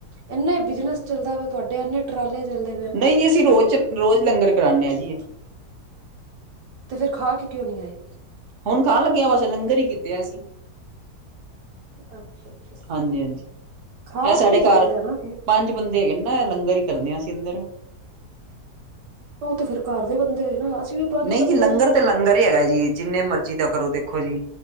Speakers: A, on the right (about 85°); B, on the right (about 60°).
A: ਇੰਨੇ ਬਿਜਨਸ ਚੱਲਦਾ ਵੇ ਤੁਹਾਡੇ ਇੰਨੇ ਟਰਾਲੇ ਚੱਲਦੇ ਪਏ
B: ਨਹੀਂ ਜੀ ਅਸੀ ਰੋਜ਼- ਰੋਜ਼ ਲੰਗਰ ਕਰਾਨੇ ਹਾਂ ਜੀ।
A: ਤੇ ਫੇਰ ਖਾ ਕੇ ਕਿਉਂ ਨੀ ਆਏ?
B: ਹੁਣ ਖਾਣ ਲੱਗਿਆ ਬਸ ਲੰਗਰ ਹੀ ਕੀਤੇ ਅਸੀ।
A: ਅੱਛਾ ਅੱਛਾ
B: ਹਾਂਜੀ-ਹਾਂਜੀ
A: ਖਾ
B: ਇਹ ਸਾਡੇ
A: ਕੇ ਵੀ
B: ਘਰ
A: ਆਈ ਦਾ ਨਾ ਫਿਰ
B: ਪੰਜ ਬੰਦੇ ਹੈਗੇ ਨੇ। ਮੈ, ਲੰਗਰ ਹੀ ਕਰਦੀ ਹਾ, ਅਸੀਂ ਅੰਦਰ
A: ਉਹ ਤੇ ਫੇਰ ਘਰ ਦੇ ਬੰਦੇ ਹੋਏ ਨਾ। ਵੀ ਪੰਜ
B: ਨਹੀਂ
A: ਬੰਦੇ
B: ਜੀ, ਲੰਗਰ
A: ਹਾਂ
B: ਤੇ ਲੰਗਰ ਹੀ ਹੈਗਾ ਜੀ, ਜਿੰਨੇ ਮਰਜ਼ੀ ਦਾ ਕਰੋ ਦੇਖੋ ਜੀ